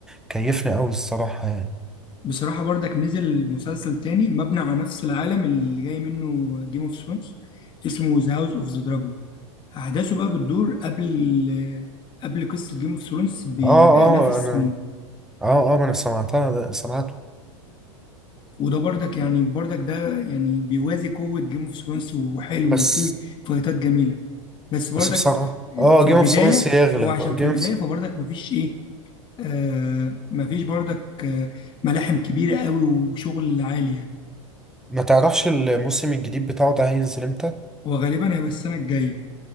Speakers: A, in the centre; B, on the left.
A: كيفني قوي الصراحة يعني
B: بصراحة برضك نزل مسلسل تاني مبني على نفس العالم اللي جاي منه جيم اوف ثرونز اسمه ذا هاوس اوف ذا دراجون أحداثه بقى بتدور قبل قبل قصة جيم اوف ثرونز ب-
A: اه
B: بآلاف
A: اه
B: السنين
A: انا اه اه ما انا سمعتها ده سمعته
B: وده برضك يعني برضك ده يعني بيوازي قوة جيم اوف ثرونز وحلو
A: بس
B: وفيه فايتات جميلة بس برضك
A: بس بصراحة اه
B: في
A: جيم
B: البداية
A: اوف ثرونز يغلب
B: هو عشان
A: جيم
B: في البداية
A: اوف
B: فبرضك مفيش إيه آه مفيش برضك آه ملاحم كبيرة قوي وشغل عالي يعني
A: ما تعرفش الموسم الجديد بتاعه ده هينزل امتى
B: هو غالبا هيبقى السنة الجاية